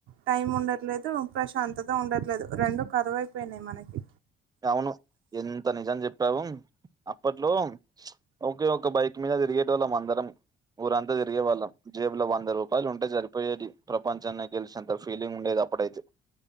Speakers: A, on the right (about 85°); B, on the right (about 20°).
A: టైం ఉండట్లేదు, ప్రశాంతత ఉండట్లేదు రెండు కరువైపోయినాయి మనకి
B: అవును ఎంత నిజాం చెప్పావు అప్పట్లో ఓకే ఒక బైక్ మీద తిరిగేటోళ్ళం అందరం ఊరంతా తిరిగే వాళ్ళం. జేబు లో వంద రూపాయలు ఉంటే సరిపోయేది ప్రపంచాన్ని గెలిసినంత ఫీలింగ్ ఉండేది అప్పుడైతే